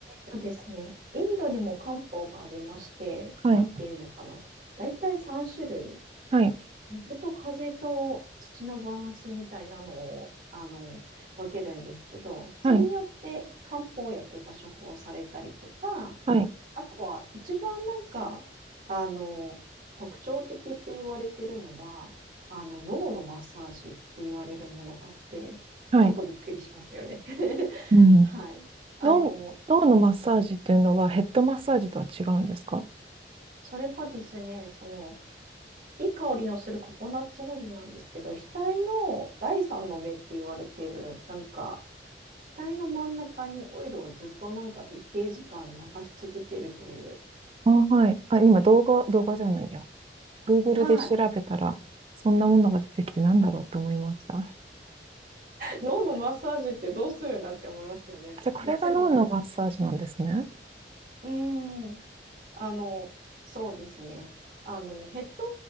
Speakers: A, on the right; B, on the right.
A: とですね、インドにも漢方がありまして、
B: はい、
A: なんていうのかな。だいたい3種類。
B: はい、
A: 水と風と土のバランスみたいなのを、あの、分けるんですけど、それによって漢方薬が処方されたりとか、
B: はい、はい、
A: あとは一番なんか、あの、特徴的って言われてるのは、あの、脳のマッサージって言われるものがあって、
B: はい。
A: ちょっとびっくりしますよね。<laughs>
B: うん。
A: はい。あの、
B: 脳、脳のマッサージっていうのはヘッドマッサージとは違うんですか
A: それがですね、その、いい香りのするココナッツオイルなんですけど、額の第三の目って言われてる、なんか、額の真ん中にオイルをずっとなんか一定時間流し続けるという。
B: あ、はい。あ、今動画、動画じゃないや。Google
A: はい。
B: で調べたら、そんなものが出てきてなんだろうと思いました。
A: 脳のマッサージってどうするんだって思いますよね。
B: じゃあ、これが脳のマッサージなんですね。
A: もちろん、あの、うーん、あの、そうですね。あの、ヘッド